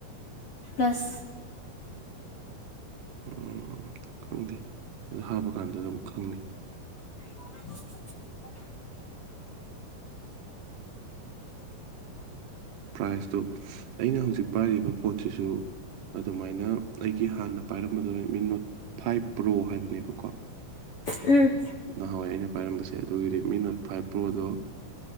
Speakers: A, on the left (about 60°); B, on the right (about 75°).
A: ꯄ꯭ꯂꯁ
B: ꯎꯝ ꯈꯪꯗꯦ ꯑꯗꯨ ꯍꯥꯞꯄꯀꯥꯟꯗ ꯑꯗꯨꯝ ꯈꯪꯅꯤ
A: <inaudible>
B: ꯄ꯭ꯔꯥꯏꯇꯣ ꯑꯩꯅ ꯍꯧꯖꯤꯛ ꯄꯥꯏꯔꯤꯕ ꯐꯣꯟꯁꯤꯁꯨ ꯑꯗꯨꯃꯥꯏꯅ ꯑꯩꯒꯤ ꯍꯥꯟꯅ ꯄꯥꯏꯔꯝꯕꯗꯨꯅ ꯔꯦꯠꯃꯤ ꯅꯣꯠ ꯐꯥꯏꯚ ꯄ꯭ꯔꯣ ꯍꯥꯏꯕꯅꯦꯕꯀꯣ
A: ꯎꯝ
B: ꯅꯍꯥꯟꯋꯥꯏ ꯑꯩꯅ ꯄꯥꯏꯔꯝꯕꯁꯦ ꯑꯗꯨꯒꯤ ꯔꯦꯠꯃꯤ ꯅꯣꯠ ꯐꯥꯏꯚ ꯄ꯭ꯔꯣꯗꯣ